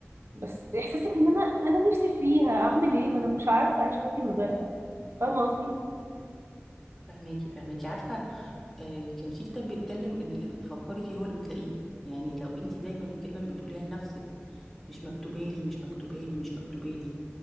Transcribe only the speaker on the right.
بس احساسك ان انا انا نفسي فيها اعمل ايه ما انا مش عارفه اعيش حياتي من غيرها فاهمه قصدي